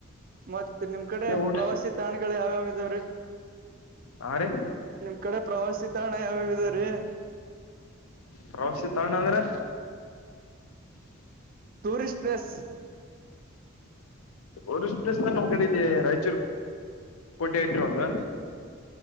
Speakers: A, on the right; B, on the left.
A: ಮತ್ತ ನಿಮ್ ಕಡೆ
B: ಊಟ
A: ಪ್ರವಾಸಿ ತಾಣಗಳು ಯಾವ್ಯಾವ ಇದಾವ್ರೀ.
B: ಹಾ ರೀ
A: ನಿಮ್ ಕಡೆ ಪ್ರವಾಸಿ ತಾಣ ಯಾವ್ಯಾವ್ದರೀ.
B: ಪ್ರವಾಸಿತಣ್ಣ ಅಂದ್ರೆ
A: ಟೂರಿಸ್ಟ್ ಪ್ಲೇಸ್
B: ಟ್ಯೂರಿಸ್ಟ್ ಪ್ಲೇಸ್ ಅಂದ್ರಿ ನಮ್ ಕಡೆ ರಾಯಚೂರು ಕೋಟೆ ಐತ್ರಿ ಒಂದು.